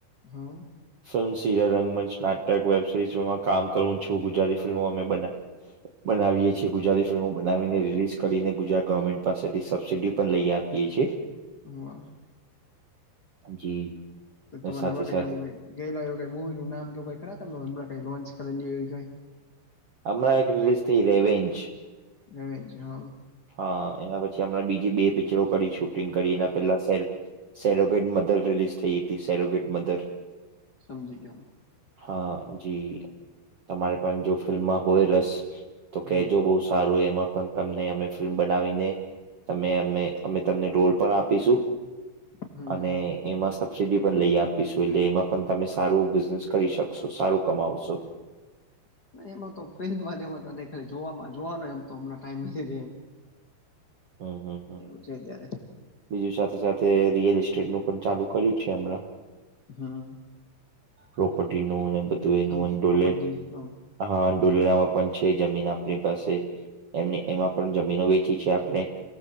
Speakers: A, on the left; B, on the right.
A: હા.
B: ફિલ્મ સિરિયલ, રંગમંચ, નાટક, વેબ સિરીઝ માં કામ કરું છું, ગુજરાતી ફિલ્મો અમે બના બનાવીએ છીએ, ગુજરાતી ફિ ફિલ્મો બનાવીને રિલીઝ કરીને, ગુજરાત ગવર્મેન્ટ પાસેથી સબસિડી પણ લઈ આપીએ છીએ.
A: વાહ!
B: જી
A: તે
B: ને
A: તમા
B: સાથે
A: મરે હમણાં કઈ,
B: સાથે
A: આમ કઈ. ગયેલા એવું કઈ મુવી નું નામ કે એવું કાઈ ખરા તા હમણા કઈ લોન્ચ કરેલી હોય એવી કાઈ?
B: હમણાં એક રિલીઝ થઇ, રેવેન્ચ.
A: રેવેન્ચ હ, હ.
B: હા, એના પછી હમણાં બીજી બે પિક્ચરો કરી, શૂટિંગ કરી, એના પેલા સેલ્ફ. સેલોગેટ મધર રિલીઝ થઈ હતી સેલોગેટ મધર
A: સમજી ગયો
B: હા જી તમારે પણ જો ફિલ્મમાં હોય રસ તો
A: હમ.
B: કેજો બહુ સારું એમાં પણ તમને અમે ફિલ્મ બનાવીને તમે અમે અમે તમને રોલ પણ આપીશું.
A: હમ.
B: અને એમાં સબસીડી પણ લઈ આપીશું એટલે એમાં પણ તમે સારું બિઝનેસ કરી શકો. સારું કમાવશો
A: એમાં તો પેલી વાર એમાં ત ખા જોવા જોવા નો તો હમણાં ટાઈમ નથી એમ
B: હમ્મ હમ્મ હમ્મ
A: એવું છે ત્યારે
B: બીજું સાથે સાથે રિયલ એસ્ટેટનું પણ ચાલુ કર્યું છે હમણાં
A: હા.
B: પ્રોપર્ટીનું અને બધું એનું
A: સમજી
B: અંડોલેટ
A: પ્રોપર્ટી ડીલિંગ હા.
B: હા ડોલેરામાં પણ છે જમીન આપની પાસે એમ એમાં પણ જમીનો વેચી છે. આપડે